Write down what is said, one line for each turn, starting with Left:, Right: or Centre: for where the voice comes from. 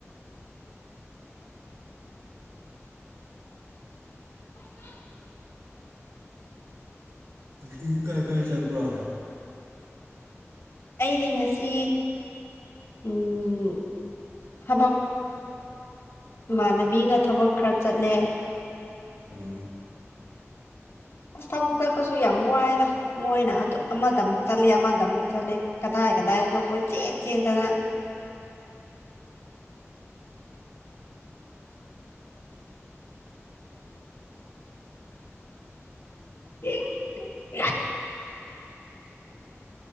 Left: <unintelligible>
Right: ꯉꯁꯤ ꯀꯥꯏ ꯀꯥꯏ ꯆꯠꯄ꯭ꯔꯣ
Left: ꯑꯩꯗꯤ ꯉꯁꯤ ꯎꯝ ꯊꯕꯛ ꯏꯃꯥꯟꯅꯕꯤꯒ ꯊꯕꯛ ꯈꯔ ꯆꯠꯂꯦ
Right: ꯎꯝ
Left: ꯑꯁ ꯊꯕꯛ ꯇꯠꯄꯁꯨ ꯌꯥꯝ ꯋꯥꯏꯗ ꯃꯣꯏꯅ ꯑꯗꯨ ꯑꯃꯗꯃꯨꯛ ꯆꯠꯂꯦ ꯑꯃꯗ ꯑꯃꯨꯛ ꯆꯠꯂꯦ ꯀꯗꯥꯏ ꯀꯗꯥꯏꯗꯅꯣ ꯀꯣꯏ ꯆꯦꯟ ꯆꯦꯟꯗꯅ <unintelligible>